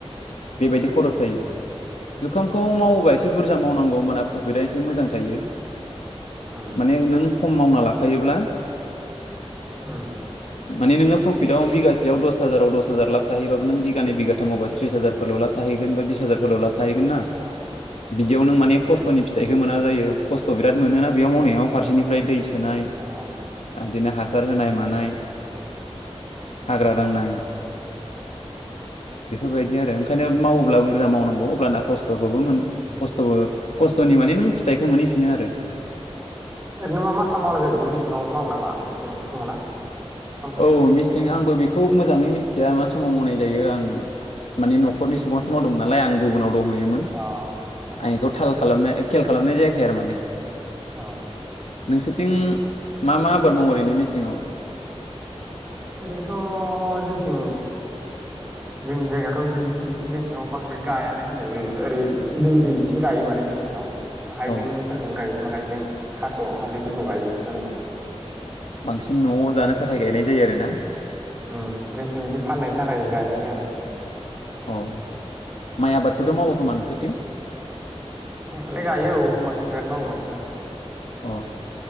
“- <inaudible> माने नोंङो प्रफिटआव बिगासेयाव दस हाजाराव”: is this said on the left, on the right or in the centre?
Left